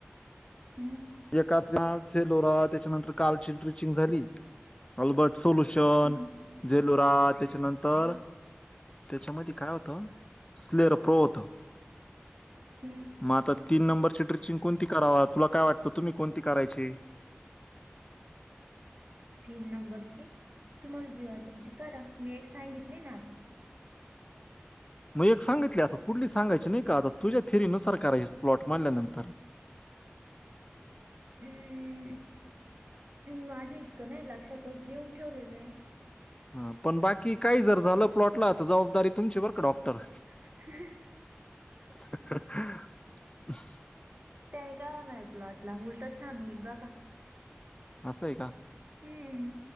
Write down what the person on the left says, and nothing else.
<unintelligible> सेलोरा त्याच्यानंतर कालची ट्रिचिंग झाली. अल्बर्ट सोल्युशन
झेलोरा त्याच्यानंतर. त्यांच्यामध्ये काय होतं स्लेर प्रो होत.
मग आता तीन नंबरची स्रिचिंग कोणती करावा. तुला काय वाटतं तुम्ही कोणती करायची.
मग एक सांगितली आता पुढली सांगायची नाही का, आता तुझ्या थेरीनुसार करायची प्लॉट म्हणल्यानंतर.
हा पण बाकी काही जर झालं प्लॉटला तर, जबाबदारी तुमची बर का डॉक्टर.
ह. <unintelligible>
असंय का?